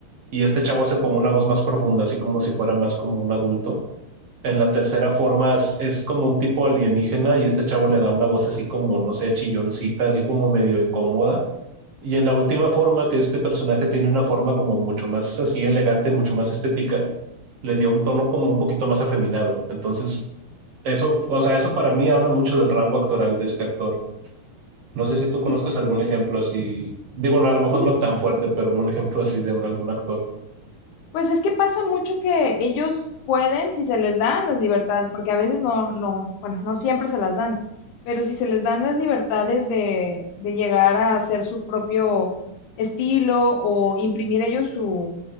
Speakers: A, on the right; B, on the left.
A: y este chavo hace como una voz más profunda, así como si fuera más como un adulto en la tercera forma es, es como un tipo alienígena y este chavo le da una voz así como, no sé, chilloncita, así como medio incómoda. Y en la última forma, que este personaje tiene una forma como mucho más así elegante, mucho más estética, le dio un tono como un poquito más afeminado. Entonces, eso, o sea, eso para mí habla mucho del rango actoral de este actor. No sé si tú conozcas
B: Sí,
A: algún ejemplo así, digo, no, a lo mejor
B: sí,
A: no tan fuerte, pero un ejemplo así de un, algún actor.
B: Pues es que pasa mucho que ellos pueden, si se les dan las libertades, porque a veces no, no, bueno, no siempre se las dan, pero si se les dan las libertades de, de llegar a hacer su propio estilo o imprimir ellos su,